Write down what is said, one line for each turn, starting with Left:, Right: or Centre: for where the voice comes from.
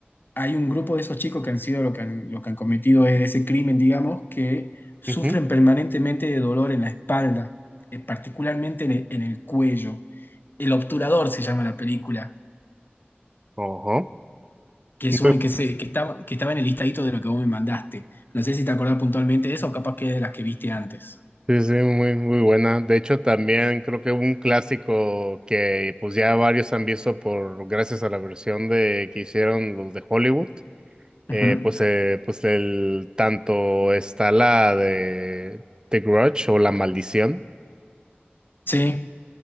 Left: hay un grupo de esos chicos que han sido lo que han, lo que han cometido ese crimen, digamos, que sufren
Right: ujú,
Left: permanentemente de dolor en la espalda, eh, particularmente en el, en el cuello. El obturador se llama la película,
Right: ojo.
Left: que, es
Right: Muy-
Left: un- que, se, que, estaba, que estaba en el listadito de lo que vos me mandaste. No sé si te acordás puntualmente de eso o capaz que es de las que viste antes.
Right: Sí, sí, muy, muy buena. De hecho, también creo que hubo un clásico que pues ya varios han visto por gracias a la versión de que hicieron los de Hollywood. eh,
Left: Ujú.
Right: pues, eh, pues el tanto está la de The Grudge o La Maldición,
Left: Sí,